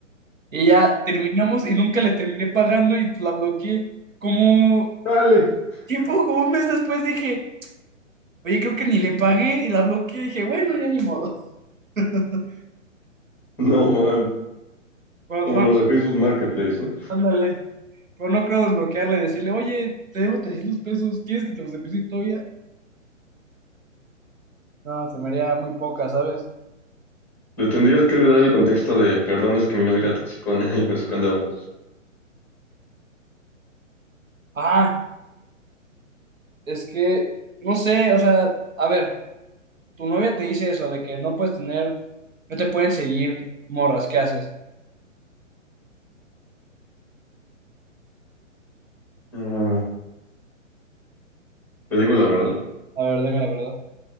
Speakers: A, on the right (about 85°); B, in the centre.
A: Y ya, Terminamos y nunca le terminé pagando y la bloqueé. Como
B: Dale. <laughs>
A: tiempo, como un mes después dije, oye, creo que ni le pagué y la bloqueé. Dije, bueno, ya ni modo. <laughs>
B: No, man.
A: Pero
B: Como
A: no,
B: los
A: no,
B: de Facebook Marketplace, ¿no?
A: ándale. Pero no creo desbloquearle, decirle, oye, te debo 300 pesos, ¿quieres que te los deposite todavía? No, se me haría muy poca, ¿sabes?
B: Le tendrías que dar el contexto de, perdón, es que mi novia era toxicona <laughs> y pensó que andábamos.
A: Ah, es que, no sé, o sea, a ver, tu novia te dice eso, de que no puedes tener, no te pueden seguir morras, ¿qué haces?
B: Ah, te digo la verdad,
A: A ver, dime la verdad.